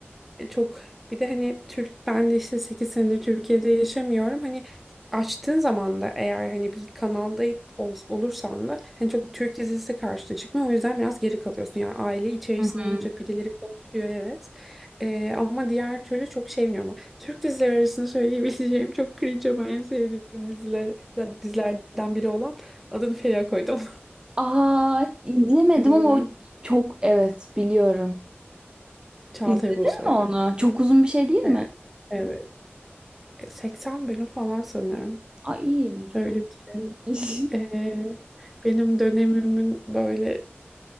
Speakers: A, in the centre; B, on the right.
A: e, çok bir de hani Türk ben de işte 8 senedir Türkiye'de yaşamıyorum. Hani açtığın zaman da eğer hani bir kanalda ol- olursan da hani çok Türk dizisi karşına çıkmıyor. O yüzden biraz geri kalıyorsun. Yani aile içerisinde
B: Hı.
A: olunca birileri konuşuyor evet. E, ama diğer türlü çok şey bilmiyorum. ama Türk dizileri arasında söyleyebileceğim çok cringe ama en sevdiğim diziler, dizilerden biri olan adını Feriha koydum.
B: Aa izlemedim
A: <laughs> Biliyorum.
B: ama o çok evet biliyorum.
A: Çağatay
B: İzledin
A: Ulusoy.
B: mi onu? Çok uzun bir şey değil mi?
A: Evet, evet. E, 80 bölüm falan sanırım.
B: Ay iyi yine çok
A: Öyle
B: uzun
A: bir şey.
B: değilmiş.
A: E, benim dönemimin böyle